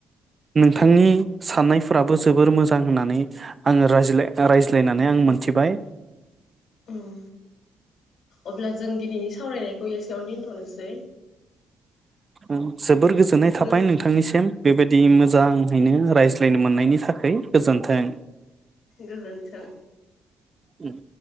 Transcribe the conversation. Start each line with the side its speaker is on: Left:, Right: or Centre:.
Right: नोंथांनि साननायफोराबो जोबोर मोजां होननानै आङो रायज्ला‌-रायज्लायनानै आं मोनथिबाय।
Left: उम। अब्ला जों दिनैनि सावरायनाय एसेयावनो दिनथनोसै।
Right: उम। जोबोर गोजोननाय थाबाय
Left: गोजो
Right: नोंथांनिसिम बेबायदि मोजाङैनो रायज्लाय <unintelligible> मोननायनि थाखै गोजोन्थों।
Left: गोजोन्थों।
Right: उम।